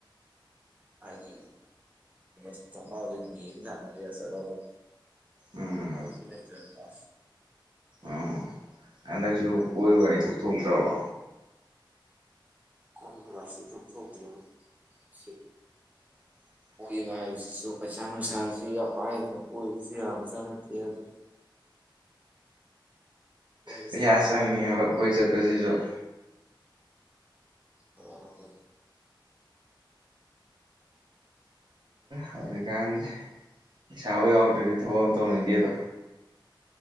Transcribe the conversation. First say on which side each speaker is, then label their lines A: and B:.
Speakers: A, on the right; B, on the right.
A: ꯍꯥꯏꯗꯤ ꯁꯠꯇꯃ ꯑꯣꯏ ꯌꯦꯖ ꯃꯔ ꯁꯗꯔ
B: ꯎꯝ
A: ꯑꯣꯐ
B: ꯎꯝ ꯍꯟꯗꯛꯁꯨ ꯀꯣꯏꯕ ꯏꯊꯣꯛ ꯊꯣꯛꯇ꯭ꯔꯕꯣ
A: ꯀꯔ ꯔꯁꯤ ꯐ ꯊꯣꯛꯇ ꯁꯤ
B: <inaudible>
A: ꯀꯣꯏꯕ ꯁ ꯄꯩꯁꯥꯅꯅꯨꯡꯁꯥꯁꯨ ꯄꯥꯏꯒꯅ ꯀꯣꯏꯁꯨ ꯌꯥꯥ ꯑꯗꯨ ꯀꯣꯏꯕ
B: ꯄꯩꯁ
A: ꯆꯠꯄ ꯐꯪꯗ꯭ꯔꯦ
B: ꯆꯪꯉꯦꯕ ꯀꯣꯏ ꯆꯠꯄꯁꯤꯁꯨ ꯎꯝ
A: ꯃꯔꯔꯔꯕꯔꯕꯅꯤ
B: ꯍꯧꯖꯤꯀ ꯄꯩꯁꯥ ꯑꯣꯏ ꯋꯥꯥꯎꯇ꯭ꯔꯦꯗꯤ ꯊꯕꯛ ꯑꯃ ꯇꯧꯅꯤꯗꯦꯗꯣ